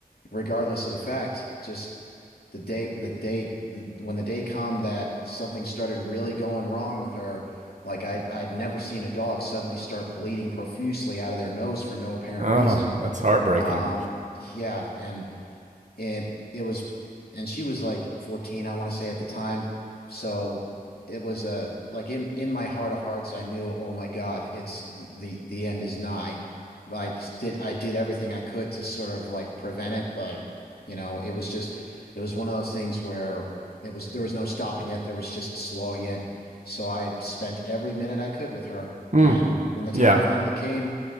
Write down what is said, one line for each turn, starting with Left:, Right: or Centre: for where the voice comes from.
Left: regardless of the fact, just the day, the day, the, when the day come that something started really going wrong with her, like I'd, I'd never seen a dog suddenly start bleeding profusely out of their nose for no apparent
Right: Oh,
Left: reason.
Right: that's heartbreaking.
Left: Um, yeah, and It it was, and she was like 14, I want to say at the time. So it was uh, like in in my heart of hearts, I knew, oh my God, it's the the end is nigh. I did I did everything I could to sort of like prevent it, but you know, it was just it was one of those things where it was there was no stopping it, there was just slowing it. So I spent every minute I could with her,
Right: Mm,
Left: and when the time
Right: yeah,
Left: finally came,